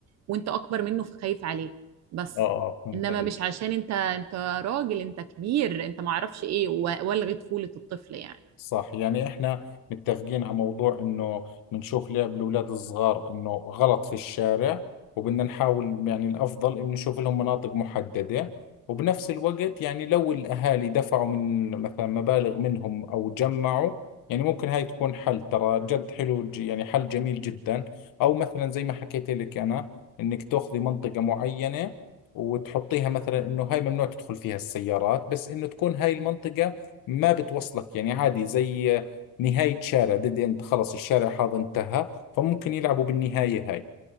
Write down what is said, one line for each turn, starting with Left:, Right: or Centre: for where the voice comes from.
Right: وانت اكبر منه فخايف عليه بس
Left: اه اه فهمت
Right: انما
Left: عليك
Right: مش عشان انت انت راجل انت كبير انت معرفش ايه و- والغي طفوله الطفل يعني
Left: صح يعني احنا متفقين على موضوع انه بنشوف لعب الاولاد الصغار انه غلط في الشارع وبدنا نحاول يعني الافضل انه نشوف لهم مناطق محددة وبنفس الوقت يعني لو الاهالي دفعوا من مثلا مبالغ منهم او جمعوا يعني ممكن هاي تكون حل ترى جد حلو ج- يعني حل جميل جدا او مثلا زي ما حكيت لك انا انك تاخذي منطقة معينة وتحطيها مثلا انه هاي ممنوع تدخل فيها السيارات بس انه تكون هاي المنطقة ما بتوصلك يعني عادي زي نهاية شارع ديد اند خلص الشارع هذا انتهى فممكن يلعبوا بالنهاية هاي